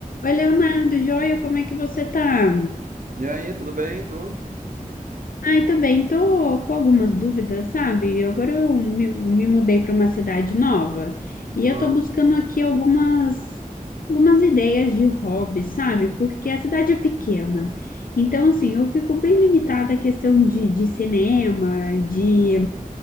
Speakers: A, on the left; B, on the right.
A: Oi, Leonardo, joia, como é que você tá?
B: E aí, tudo bem, tu?
A: Ai, tô bem, tô com algumas dúvidas, sabe? Agora eu me, me mudei para uma cidade nova e eu
B: Ah,
A: tô buscando aqui algumas, algumas ideias de hobby, sabe? Porque a cidade é pequena. Então, assim, eu fico bem limitada à questão de, de cinema, de,